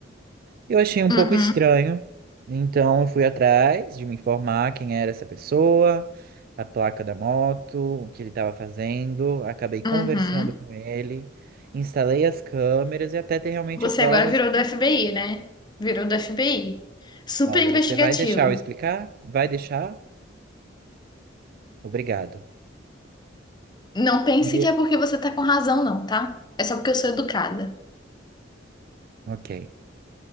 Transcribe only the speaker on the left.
uhum,
uhum.
Você
agora virou do FBI, né? Virou do FBI. Super
investigativo.
Não pense
que é porque você tá com razão, não, tá? É só porque eu sou educada.